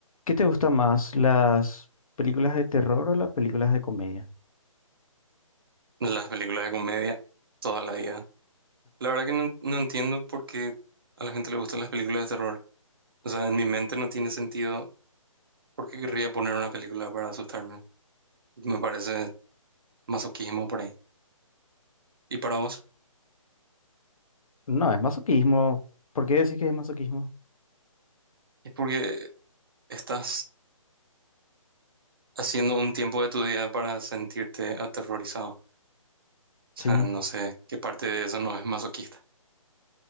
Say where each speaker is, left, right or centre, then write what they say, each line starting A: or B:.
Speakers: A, on the left; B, on the right.
A: ¿Qué te gusta más, las películas de terror o las películas de comedia?
B: las películas de comedia toda la vida. La verdad que no, no entiendo por qué a la gente le gustan las películas de terror. O sea, en mi mente no tiene sentido por qué querría poner una película para asustarme. Me parece masoquismo por ahí. ¿Y para vos?
A: No, es masoquismo. ¿Por qué decís que es masoquismo?
B: Es porque estás haciendo un tiempo de tu día para sentirte aterrorizado. O sea,
A: Sí,
B: no sé qué parte de eso no es masoquista.